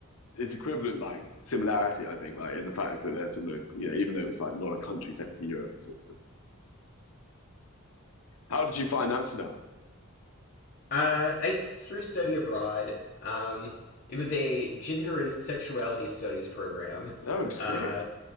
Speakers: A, on the left (about 80°); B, on the left (about 45°).
A: it's equivalent, like similarity. I think, like in the fact that they're similar. You know, even though it's like not a country technically, Europe is similar. How did you find Amsterdam?
B: Uh, I s- through study abroad, um, it was a gender and sexuality studies program.
A: Oh, sick.
B: Uh,